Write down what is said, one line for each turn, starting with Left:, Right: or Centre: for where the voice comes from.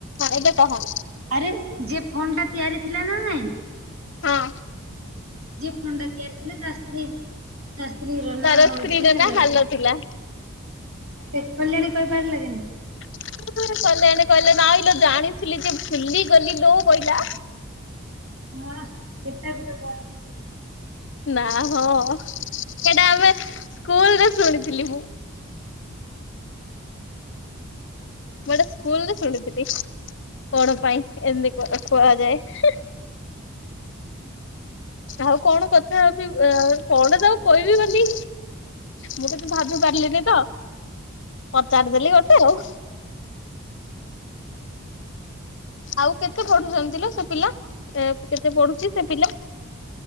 Left: ହଁ ଏବେ କହ।
Right: ଆରେ ଯିଏ ଫୋନ୍ ଟା ତିଆରି ଥିଲା ନା ନାଇଁ?
Left: ହଁ।
Right: ଯିଏ ଫଣ୍ଡା ତିଆରି କଲେ, ତା ସ୍ତ୍ରୀ ତା ସ୍ତ୍ରୀର ନାଁ
Left: ତାର
Right: ହଉଛି
Left: ସ୍ତ୍ରୀର
Right: ହାଲ
Left: ନା
Right: <unintelligible>
Left: ଥିଲା
Right: ଚେକ୍ କଲାଣି କହିପାରିଲା କି ନାଇଁ
Left: <unintelligible> କହିଲେ ଏଣେ କହିଲେ ନାଇଁ ଲୋ ଜାଣିଥିଲି ଯେ ବୁଲିଗଲି ଲୋ କହିଲା
Right: ହଁ, ସେଟା ବି <unintelligible>
Left: ନା ହଁ, ସେଇଟା ଆମେ ସ୍କୁଲରେ ଶୁଣିଥିଲି ମୁଁ। ମୁଁ ଏଇଟା ସ୍କୁଲରେ ଶୁଣୁଥିଲି, କଣ ପାଇଁ ଏମତି କୁଆ କୁହାଯାଏ? ଆଉ କଣ କଥା ହେବି ଆଉ କଣ ଯାଉ କହିବି ବୋଲି, ମୁଁ ତତେ ଭାବି ପାରିଲିନି ତ ପଚାରି ଦେଲି ଗୋଟେ ଆଉ। ଆଉ କେତେ ପଢୁଛନ୍ତି ଲୋ ସେ ପିଲା, କେତେ ପଢୁଛି ସେ ପିଲା?